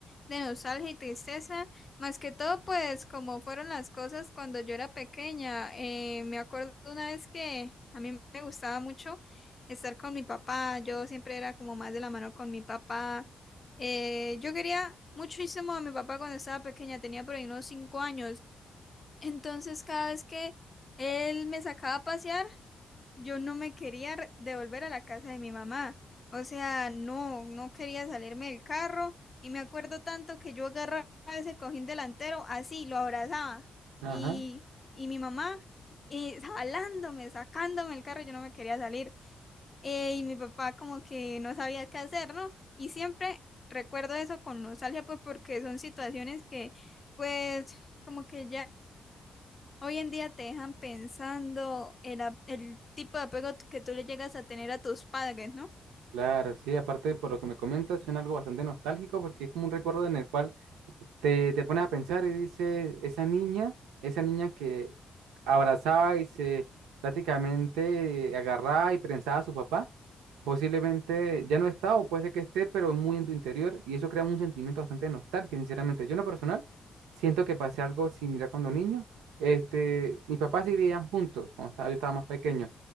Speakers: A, on the left; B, on the right.
A: de nostalgia y tristeza. Más que todo, pues como fueron las cosas cuando yo era pequeña. Eh, me acuerdo una vez que a mí me gustaba mucho estar con mi papá. Yo siempre era como más de la mano con mi papá. Eh, yo quería muchísimo a mi papá cuando estaba pequeña, tenía por ahí unos cinco años. Entonces, cada vez que él me sacaba a pasear, yo no me quería re- devolver a la casa de mi mamá. O sea, no, no quería salirme del carro. Y me acuerdo tanto que yo agarraba ese cojín delantero, así, lo abrazaba.
B: Ajá.
A: Y, y mi mamá, y jalándome, sacándome el carro, yo no me quería salir. Eh, y mi papá como que no sabía qué hacer, ¿no? Y siempre recuerdo eso con nostalgia, pues porque son situaciones que, pues, como que ya... Hoy en día te dejan pensando el, ap- el tipo de apego que tú le llegas a tener a tus padres, ¿no?
B: Claro, sí, aparte por lo que me comentas, suena algo bastante nostálgico porque es como un recuerdo en el cual te, te pones a pensar y dices, esa niña, esa niña que abrazaba y se prácticamente agarraba y prensaba a su papá, posiblemente ya no está o puede ser que esté, pero muy en tu interior y eso crea un sentimiento bastante de nostalgia, sinceramente. Yo en lo personal siento que pasé algo similar cuando niño. Este, mis papás sí vivían juntos cuando estaba, yo estaba más pequeño,